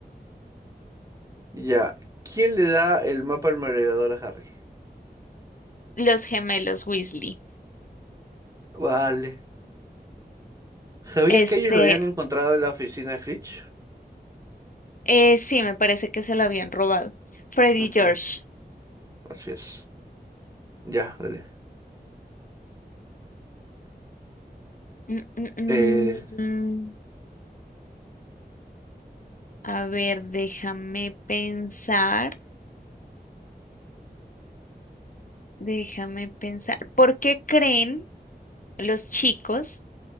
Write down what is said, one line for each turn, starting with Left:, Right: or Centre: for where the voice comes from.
Right: ya. ¿Quién le da el mapa al merodeador a Harry?
Left: Los gemelos Weasley.
Right: Vale. ¿Sabías
Left: Este,
Right: que ellos lo habían encontrado en la oficina de Fitch?
Left: eh, sí, me parece que se lo habían robado. Freddy
Right: Ujú,
Left: y George.
Right: así es. Ya, dale.
Left: Mm, mm, mm,
Right: eh,
Left: mm. A ver, déjame pensar. Déjame pensar. ¿Por qué creen los chicos